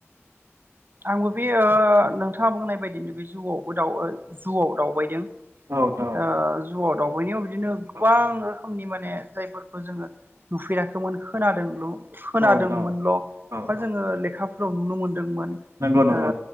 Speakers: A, on the right; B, on the right.
A: आंबो बे ओ नोंथाङा बुंनाय बायदिनो बे जुआवबो दउ जुआव दावबायदों।
B: औ नोंथां औ
A: ओ जुआव दाव बयनियाव बि दिनो गोबां
B: औ
A: समनि माने जायफोरखौ जोङो नुफेराखैमोन खोनादोंल'
B: औ
A: खोनादोंमोनल'
B: नोंथां औ औ
A: बा
B: औ।
A: जोङो लेखा आव नुनो मोनदोंमोन। आ
B: नंगौ नंगौ